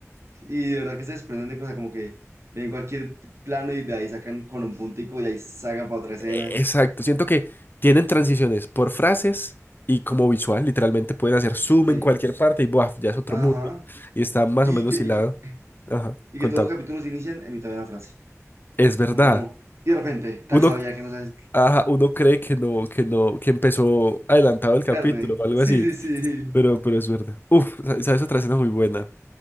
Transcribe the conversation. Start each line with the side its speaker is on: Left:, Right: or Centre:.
Right: sí, y de verdad que se desprenden de cosas, como que ven cualquier plano y de ahí sacan con un puntico y ahí sacan para otra escena.
Left: Eh, Exacto, siento que tienen transiciones por frases y como visual, literalmente pueden hacer zoom
Right: Sí,
Left: en cualquier parte y ¡buaf! ya es otro
Right: ajá.
Left: mundo y está más
Right: Y
Left: o menos
Right: que, y
Left: hilado.
Right: que,
Left: Ajá,
Right: y
Left: contame.
Right: que todos los capítulos inician en mitad de una frase.
Left: Es verdad.
Right: No como, y de repente, tal
Left: Uno,
Right: sabía que no sabes
Left: ajá, uno cree que no, que no, que empezó adelantado el capítulo
Right: tarde.
Left: o algo
Right: Sí,
Left: así,
Right: sí, sí.
Left: pero, pero es verdad. Uf, sa- sabes otra escena muy buena,